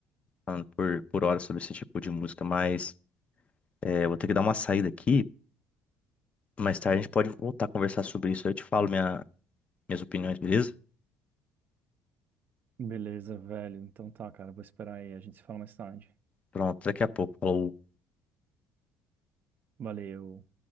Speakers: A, on the left (about 25°); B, on the right (about 40°).
A: falando por, por horas sobre esse tipo de música, mas é, vou ter que dar uma saída aqui. Mais tarde a gente pode voltar a conversar sobre isso. Eu te falo minha- minhas opiniões, beleza?
B: Beleza, velho. Então tá, cara. Vou esperar aí. A gente se fala mais tarde.
A: Pronto, daqui a pouco. Falou.
B: Valeu.